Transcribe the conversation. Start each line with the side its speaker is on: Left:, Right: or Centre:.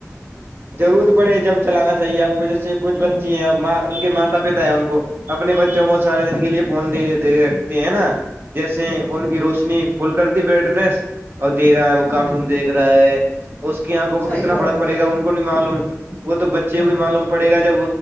Right: ضرورت پڑے جب چلانا چاہیے آپ کو جیسے کچھ
Left: ہوں
Right: بچی
Left: ہوں
Right: ہیں اب ماں ان کے ماتا پتا ہیں ان کو اپنے بچوں کو سارے دن کے لیے فون د دے رکھتے ہیں نا جیسے ان کی روشنی پھل کر دی بیٹنےس اور دیک رہا ہے وہ
Left: ہوں
Right: کارٹون دیکھ رہا ہے اس کی آنکھوں کو
Left: صحیح
Right: کتنا
Left: فرمایا
Right: فڑک پڑے
Left: آپ
Right: گا ان
Left: نے
Right: کو
Left: ہوں
Right: نہیں معلوم وہ تو بچیوں کو
Left: ہوں
Right: معلوم
Left: ہوں
Right: پڑے
Left: ہوں۔
Right: گا جب